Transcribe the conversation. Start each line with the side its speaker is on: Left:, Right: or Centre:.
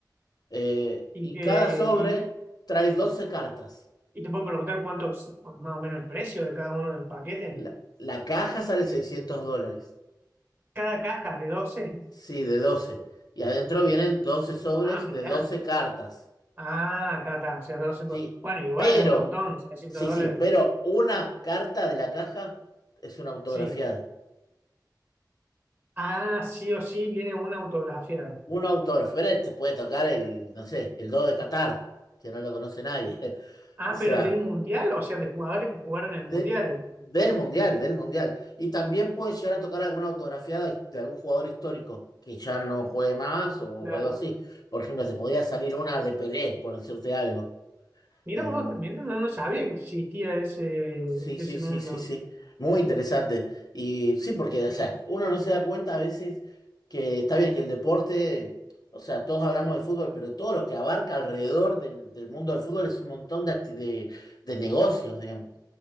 Left: Eh,
Right: Y
Left: y
Right: que,
Left: cada sobre
Right: y,
Left: trae 12 cartas.
Right: y te puedo preguntar cuántos, más o menos el precio de cada uno de los paquetes.
Left: La, la caja sale 600 dólares.
Right: Cada caja de doce
Left: Sí, de 12. Y adentro vienen 12 sobres
Right: Ah, mirá.
Left: de doce cartas.
Right: Ah, está, está, o sea, 12
Left: Sí,
Right: por- Bueno, igual,
Left: pero,
Right: un montón, 600
Left: sí,
Right: dólares.
Left: sí, pero una carta de la caja es una autografiada.
Right: Sí. Ah, sí o sí viene una autografiada.
Left: Un autógrafo, pero te puede tocar el, no sé, el do de Qatar, que no lo conoce nadie. <laughs>
Right: Ah,
Left: O sea,
Right: pero del mundial, o sea, de jugadores que jugaron
Left: de,
Right: el mundial.
Left: del mundial, del mundial. Y también puede llegar a tocar alguna autografía de, de algún jugador histórico que ya no juegue más o
Right: Claro.
Left: algo así. Por ejemplo, se podía salir una de Pelé, por decirte algo.
Right: Mira
Left: Eh,
Right: vos, mira, no, no sabía que existía ese,
Left: sí,
Right: ese
Left: sí, sí,
Right: mundo.
Left: sí, sí. Muy interesante. Y sí, porque, o sea, uno no se da cuenta a veces que está bien que el deporte, o sea, todos hablamos de fútbol, pero todo lo que abarca alrededor del, del mundo del fútbol es un montón de, acti- de, de negocios, digamos.